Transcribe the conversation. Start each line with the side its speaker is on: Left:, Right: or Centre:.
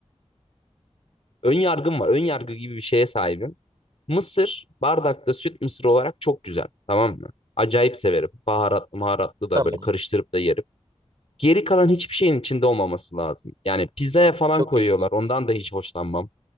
Left: ön yargım var. Ön yargı gibi bir şeye sahibim. Mısır bardakta süt mısır olarak çok güzel. Tamam mı? Acayip severim. Baharatlı maharatlı da
Right: Tamam.
Left: böyle karıştırıp da yerim. Geri kalan hiçbir şeyin içinde olmaması lazım. Yani pizzaya falan
Right: Çok
Left: koyuyorlar.
Right: ilginç.
Left: Ondan da hiç hoşlanmam.